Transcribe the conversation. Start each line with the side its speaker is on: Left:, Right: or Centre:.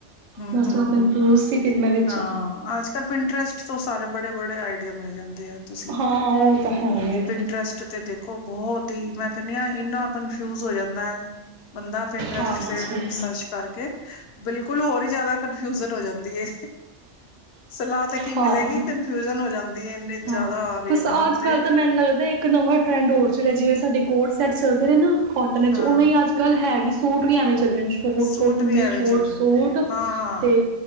Left: ਹੂੰ,
Right: ਬਸ
Left: ਹੂੰ,
Right: ਥੋੜ੍ਹਾ ਕਨਫਿਊਜ਼
Left: ਹੂੰ
Right: ਸੀ ਫਿਰ ਮੈਂ ਵਿੱਚ
Left: ਹਾਂ, ਅੱਜ ਕੱਲ ਪਿੰਡ ਟੈਸਟ ਤੋਂ ਸਾਰੇ ਬੜੇ ਬੜੇ ਆਈ ਮਿਲ ਜਾਂਦੀਆਂ। ਤੁਸੀਂ
Right: ਹਾਂ ਉਹ ਤਾਂ ਹੈ ਵੇ
Left: ਇੰਟਰਸਟ ਤੇ ਦੇਖੋ ਬਹੁਤ ਹੀ, ਮੈਂ ਕਹਿੰਦੀ ਹਾਂ ਇੰਨਾ ਕਨਫਿਊਜ ਹੋ ਜਾਂ ਮੈ ਬੰਦਾ ਆਪ ਇੰਟਰਸਟ
Right: ਹਾਂਜੀ
Left: ਸਰਚ ਕਰਕੇ ਬਿਲਕੁਲ ਹੋਰ ਹੀ ਜਿਆਦਾ ਕਨਫਿਊਜਨ ਹੋ ਜਾਂਦੀ ਏ, ਸਲਾਹ ਤੇ ਕੀ
Right: ਹਾਂ
Left: ਮਿਲੇਗੀ ਕਨਫਿਊਜਨ ਹੋ ਜਾਂਦੀ ਹੈ। ਇੰਨੇ ਜ਼ਿਆਦਾ
Right: ਹਾਂ,
Left: ਆ ਰਹੇ
Right: ਬਸ
Left: ਨੇ
Right: ਅੱਜ
Left: ਉਹਦੇ
Right: ਕੱਲ
Left: ਤੇ
Right: ਤਾਂ ਮੈਨੂੰ ਲੱਗਦਾ ਦਾ ਇੱਕ ਨਵਾਂ ਟਰੈਂਡ ਹੋਰ ਚੱਲਿਆ, ਜਿਵੇਂ ਸਾਡੇ ਕੋਡ ਸੈਟ ਚੱਲਦੇ ਨੇ ਨਾ ਕੋਟਨ ਵਿੱਚ
Left: ਹਾਂ
Right: ਉਵੇਂ ਅੱਜ ਕੱਲ੍ਹ ਹੈ ਵੀ ਸੂਟ ਵੀ ਐਵੇਂ ਚ ਸ਼ੋਟ
Left: ਸੂਟ
Right: ਸ਼ੋਟ ਉੇ
Left: ਵੀ ਐਵੇਂ
Right: ਸ਼ੋਟ
Left: ਚੱਲਦੇ
Right: ਸ਼ੂਟ
Left: ਨੇ ਹਾਂ ਹਾਂ
Right: ਤੇ